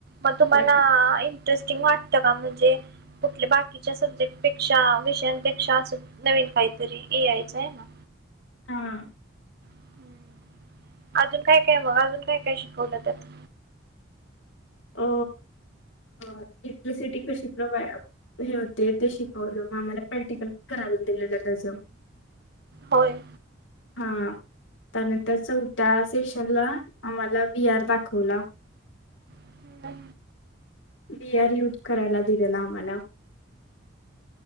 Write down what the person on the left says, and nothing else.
पण
हां
अ इलेक्ट्रिसिटी कशी प्रोव्हाईड हे होते ते शिकवलं. मग आम्हाला प्रॅक्टिकल करायला दिलेलं त्याचं.
हा त्यानंतर चौथ्या सेशनला आम्हाला व्ही आर दाखवला.
वी आर यूज करायला दिले ला आम्हाला. <inaudible>